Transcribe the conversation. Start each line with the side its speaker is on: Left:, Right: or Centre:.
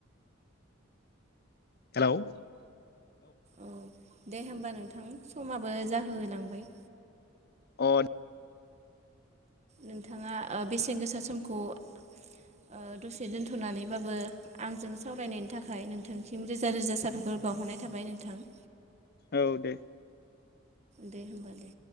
Left: हेलौ
Right: औ दे होमबा नोंथां समाबो जाहोलांबाय
Left: अ।
Right: नोंथाङा ओ बेसेन गोसा समखौ ओ दसे दोनथ'नानैबाबो आंजों सावरायनायनि थाखाय नोंथांसिम रोजा रोजा साबायखर बावहरनाय थाबाय नोंथां
Left: औ दे।
Right: दे होमबा दे